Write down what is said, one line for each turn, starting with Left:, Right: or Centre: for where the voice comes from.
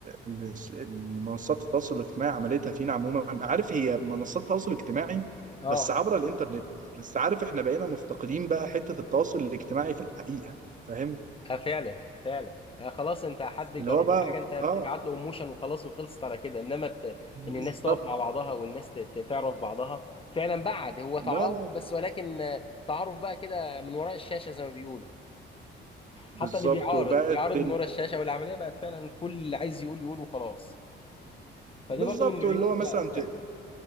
Right: اللي اللي منصات التواصل الاجتماعي عملتها فينا عموما عارف هي منصات التواصل الاجتماعي
Left: اه
Right: بس عبر الانترنت بس عارف احنا بقينا مفتقدين بقى حته التواصل الاجتماعي في الحقيقه فاهم
Left: آه، فعلا فعلا يعني خلاص انت حد
Right: اللي
Left: جرب
Right: هو بقى
Left: حاجه انت بتبعت
Right: اه
Left: له ايموشن وخلاص وخلصت على كده انما ت...
Right: بالظبط
Left: ان الناس تقف مع بعضها والناس ت... ت- تعرف بعضها فعلا بعد هو تعارف
Right: لا لا
Left: بس ولكن آه، تعارف بقى كده من وراء الشاشه زي ما بيقولوا
Right: بالظبط
Left: حتى اللي بيعارض
Right: وبقت
Left: بيعارض
Right: ال...
Left: من وراء الشاشه والعمليه بقت فعلا كل اللي عايز يقول يقول وخلاص فدي
Right: بالظبط
Left: برضو من العيوب
Right: اللي هو مثلا
Left: بقى فعلا